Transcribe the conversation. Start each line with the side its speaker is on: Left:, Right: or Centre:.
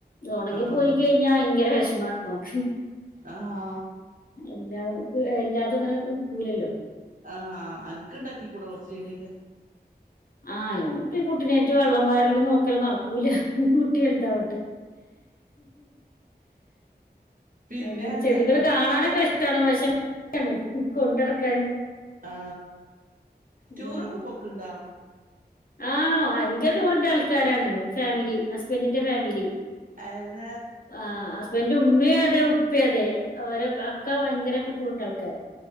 Left: ഉണങ്ങി
Right: ആഹ്
Left: പോയി കഴിഞ്ഞാ ഭയങ്ക വെഷ ഇന്നാണ് മനുഷ്യൻ
Right: ആഹ്
Left: എല്ലാം <unintelligible> അങ്ങനെ പൂ ഇല്ലല്ലോ.
Right: ആ ആനക്ക് ഇണ്ടാക്കി കൂടെ കുറച്ചു ചടിയൊക്കെ
Left: ആ ഇനിയിപ്പ ഈ കുട്ടിനെേറ്റു വെള്ളം പാരൽ നോക്കല് നടക്കൂല്ല. ഇനി കുട്ടി വലുതാവട്ടെ
Right: പിന്നെ
Left: അങ്ങനെ
Right: എന്താ
Left: ചെടികള്
Right: എവിടക്ക
Left: കാണാനൊക്കെ
Right: ടൂറ
Left: ഇഷ്ടമാണ് പ പക്ഷെ <unintelligible> കൊണ്ടറക്കാന്
Right: ആ
Left: ഉം
Right: ടൂറൊക്കെ പോക്കുണ്ടോ
Left: ആ ഭയങ്കര ടൂറിന്റാൾക്കാരാണ്. ഫാമിലി ഹസ്ബൻഡിന്റെ ഫാമിലി
Right: അത
Left: ആ ഹസ്ബൻഡന്റെ ഉമ്മയും അതെ ഉപ്പ പ്പ അതെ ഓരോ അക്ക ഭയങ്കര ടൂറിന്റെ ആൾക്കാരാ